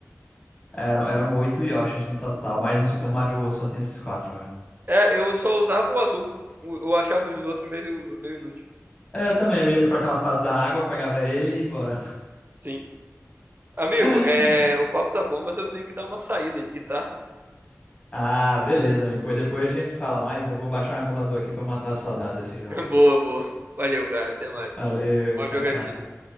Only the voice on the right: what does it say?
É, eu só usava o azul. O- Eu achava os outros meio, meio inútil.
Sim. Amigo,
é, o papo tá bom, mas eu tenho que dar uma saída aqui, tá?
<laughs> Boa, boa. Valeu, cara. Até mais.
Boa
jogatina.